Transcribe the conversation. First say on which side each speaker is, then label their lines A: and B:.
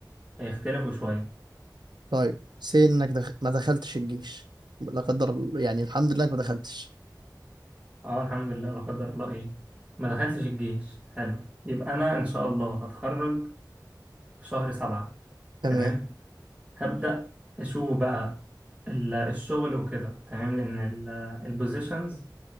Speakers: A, on the right; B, on the right.
A: هيختلفوا شوية
B: طيب سي انك دخ... ما دخلتش الجيش لا قدر الله- يعني الحمد لله انك ما دخلتش
A: اه الحمد لله لا قدر الله ايه ما دخلتش الجيش حلو يبقى انا ان شاء الله هتخرج في شهر سبعة
B: تمام
A: تمام هبدأ اشوف بقى ال- الشغل وكده تمام لان ال- البوزيشنز